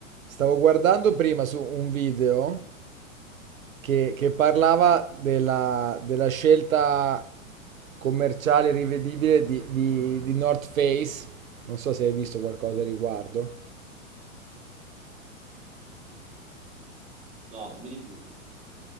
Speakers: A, on the right; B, on the right.
A: Stavo guardando prima su un video che, che parlava della, della scelta commerciale rivedibile di, di, di North Face. Non so se hai visto qualcosa a riguardo.
B: No, dimmi di più.